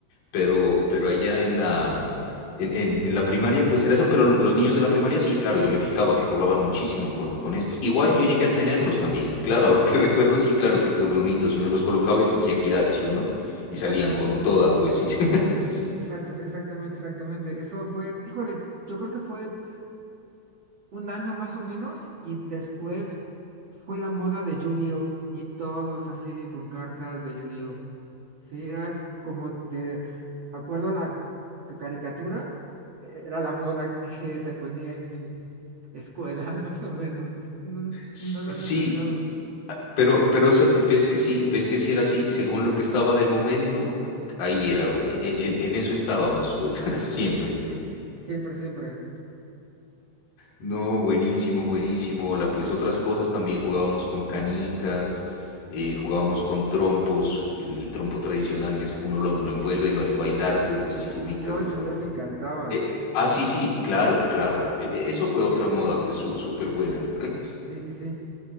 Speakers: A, on the left (about 45°); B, on the right (about 65°).
A: pero,
B: sí,
A: pero allá en la, en, en- en la primaria, pues era eso. Pero lo- los niños de la primaria, sí, claro, yo me fijaba que jugaban muchísimo con, con estos. Igual yo llegué a tenerlos también. Claro, ahora que <laughs> recuerdo, sí, claro que tuve un hito, si uno los colocaba y los hacía girar, ¿sí o no? Y
B: exactamente.
A: salían con toda, pues sí. <laughs> Sí,
B: Exacto, exactamente, exactamente. Eso fue, híjole, yo creo que fue un año más o menos y después fue la moda de Yu-Gi-Oh y todos así con cartas de Yu-Gi-Oh. Sí, era como de acuerdo a la ca- caricatura, e- era la moda que se ponía en mi escuela, <laughs> más o menos. No,
A: S-
B: no lo
A: sí,
B: había pensado.
A: pero, pero sa- ves que sí, ves que sí era así, según lo que estaba de momento, ahí era, e- e- en, en eso estábamos, pues, <laughs> siempre.
B: Sí, siempre, siempre.
A: No, buenísimo, buenísimo. La, pues otras cosas también jugábamos con canicas, eh, jugábamos con trompos, el, el trompo tradicional que es uno lo, lo envuelve y lo hace bailar, pues no sé si lo
B: El
A: ubicas
B: yo
A: de
B: igual
A: pronto.
B: me encantaba.
A: Eh, ah,
B: Sí,
A: sí, sí, claro, claro. E- e- eso fue otra
B: cierto.
A: moda, pues su- súper buena. <laughs>
B: Sí, sí, sí.